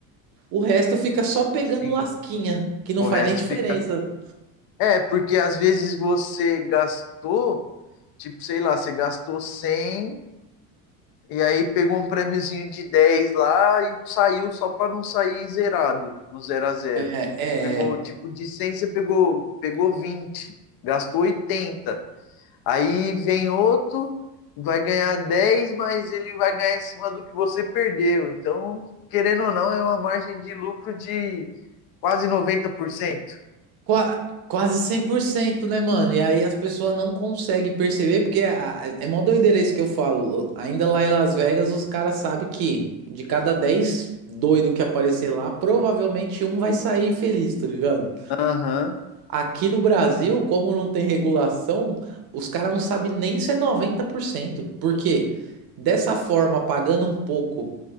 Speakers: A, on the right; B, on the left.
A: O resto fica só pegando
B: sim.
A: lasquinha, que não
B: O
A: faz
B: resto
A: nem diferença.
B: fica. É, porque às vezes você gastou, tipo, sei lá, você gastou 100 e aí pegou um prêmiozinho de 10 lá e saiu só para não sair zerado no zero a zero
A: É,
B: Pegou
A: é
B: tipo de 100 você pegou, pegou vinte gastou oitenta Aí vem outro, vai ganhar dez mas ele vai ganhar em cima do que você perdeu. Então, querendo ou não, é uma margem de lucro de quase 90%.
A: qua- quase cem por cento né, mano? E aí as pessoas não conseguem perceber, porque a- a- é mó doideira isso que eu falo. Ainda lá em Las Vegas, os caras sabem que de cada 10 doido que aparecer lá, provavelmente um vai sair feliz, tá ligado?
B: Aham. Uhum.
A: Aqui no Brasil, como não tem regulação, os caras não sabem nem se é 90%, Porque dessa forma, pagando um pouco